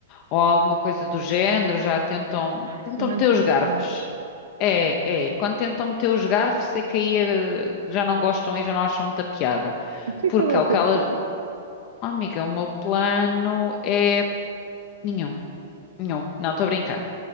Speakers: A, on the left (about 40°); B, on the right (about 80°).
A: ou alguma coisa do género, já tentam,
B: Ai,
A: tentam
B: são mesmo
A: meter
B: sacanas.
A: os garfos. É, é. Quando tentam meter os garfos é que aí eh, já não gostam e já não acham muita piada.
B: Até
A: Porque
B: qual é
A: é
B: o
A: o
B: teu
A: que elas,
B: plano?
A: Oh, amiga, o meu plano é nenhum, nenhum. Não, estou a brincar.